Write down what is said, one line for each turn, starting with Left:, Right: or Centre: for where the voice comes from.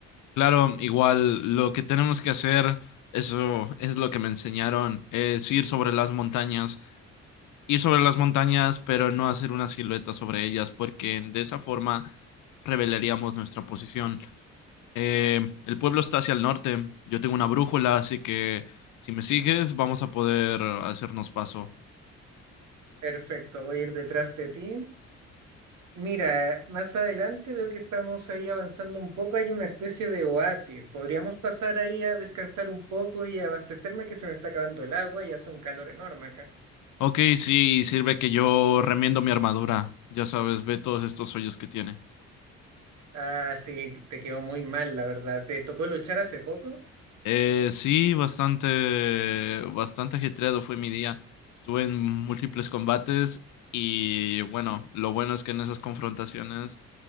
Left: Claro, igual lo que tenemos que hacer, eso es lo que me enseñaron, es ir sobre las montañas ir sobre las montañas, pero no hacer una silueta sobre ellas, porque de esa forma revelaríamos nuestra posición. Eh, el pueblo está hacia el norte, yo tengo una brújula, así que si me sigues vamos a poder hacernos paso.
Right: Perfecto, voy a ir detrás de ti. Mira, más adelante veo que estamos ahí avanzando un poco. Hay una especie de oasis. Podríamos pasar ahí a descansar un poco y abastecerme que se me está acabando el agua y hace un calor enorme acá.
Left: Ok, sí, sirve que yo remiendo mi armadura, ya sabes, ve todos estos hoyos que tiene.
Right: Ah, sí, te quedó muy mal, la verdad. ¿Te tocó luchar hace poco?
Left: Eh, sí, bastante, bastante ajetreado fue mi día. Estuve en múltiples combates y bueno, lo bueno es que en esas confrontaciones